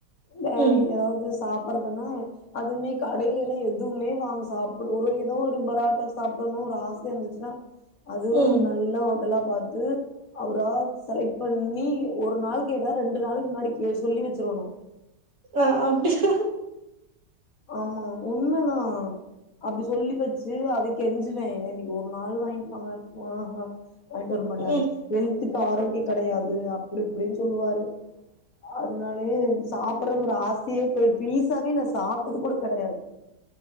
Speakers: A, on the left; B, on the right.
A: வே
B: ம்
A: ஏதாவதுஸ் சாப்புட்றதுன்னா அதுமே கடைலைலா எதுவுமே வாங் சாப்டு ஒரு ஏதோ ஒரு பராட்டா சாப்பிடனு ஒரு ஆசை இருந்துச்சுன்னா அதும்
B: ம்
A: நல்ல ஹோட்டலா பாத்து அவரா செலக்ட் பண்ணி ஒரு நாள் கேட்டா ரெண்டு நாளைக்கு முன்னாடி சொல்லி வச்சுரணு
B: ஆஹ் அப்டியா
A: ஆமா உண்மதான் அப்டி சொல்லி வச்சு அதை கெஞ்சுவன்ஏங்க இன்னைக்கு ஒரு நாள் <unintelligible> வாங்கிட்டு வர மாட்டாரு
B: ம்
A: எல் க்கு ஆரோக்கியம் கெடையாது அப்படி இப்படின்னு சொல்லுவாரு அதனாலயே சாப் ஒரு ஆசையே போய் பீஸாவ நான் சாப் அப்பது கூட கெடையாது